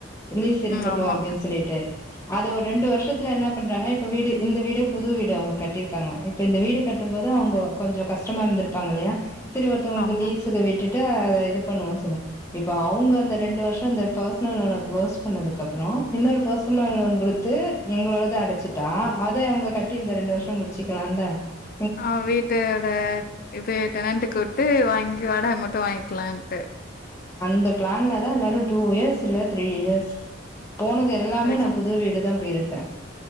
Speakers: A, on the left; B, on the left.
A: லீஸ் இருக்கட்டு
B: ம் ஆமா,
A: அப்டின்னு சொல்லிட்டு அத ஓரு ரெண்டு வருஷத்ல என்னா பண்றாங்க இப்ப வீடு இந்த வீடு புது வீடு அவுங்க கட்டி இருக்காங்க இப்ப இந்த வீடு கட்டும் போது அவுங்க கொஞ்சோ கஷ்டமா இருந்திருப்பாங்க இல்லையா சரி ஒருத்தவங்களுக்கு
B: ஆமா.
A: லீசுக்கு விட் இப்ப இது பண்ணுவோனு சொல்லி இப்ப அவுங்க அந்த ரெண்டு வருஷோ இந்த பர்சனல் லோன க்ளோஸ் பண்ணதுக்கு அப்றோ இன்னொரு பர்சனல் லோன் குடுத்து எங்களோடத அடச்சிட்டா அத அவுங்க கட்டி இந்த ரெண்டு வருஷோ முடிச்சுக்கலால <inaudible>
B: அவ வீட்டோட இது ரெண்டுக்கு விட்டு வாங்கி வாடக மட்டு வாங்கி இருக்கலாண்டு
A: இந்த பிளான்ல தா எல்லாரு டூ இயர்ஸ் சிலர் த்ரீ இயர்ஸ் போனது எல்லாமே
B: அதுக்கு
A: நா புது வீடு தா இருக்கே